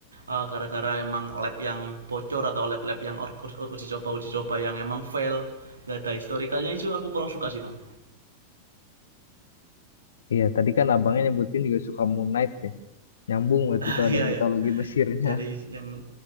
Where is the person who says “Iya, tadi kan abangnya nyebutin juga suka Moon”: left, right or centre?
Left